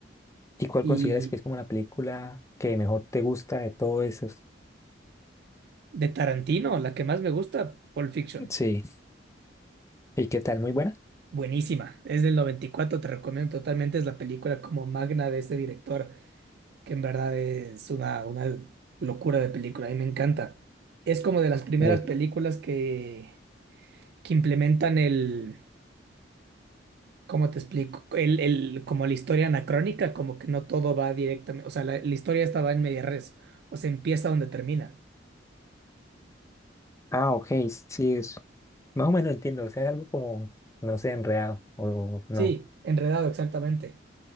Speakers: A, on the left; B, on the right.
A: ¿Y cuál
B: Y
A: consideras que es como la película que mejor te gusta de todos esos?
B: de Tarantino, la que más me gusta, Pulp Fiction.
A: Sí. ¿Y qué tal? ¿Muy buena?
B: Buenísima. Es del noventa y cuatro te recomiendo totalmente. Es la película como magna de este director, que en verdad es una, una locura de película. A mí me encanta. Es como de las primeras
A: De que-
B: películas que que implementan el, ¿cómo te explico? El, el, como la historia anacrónica, como que no todo va directamente, o sea, la, la historia estaba en media res, o sea, empieza donde termina.
A: Ah, ok, sí, es... Más o menos entiendo, o sea, es algo como, no sé, enredado o no.
B: Sí, enredado, exactamente.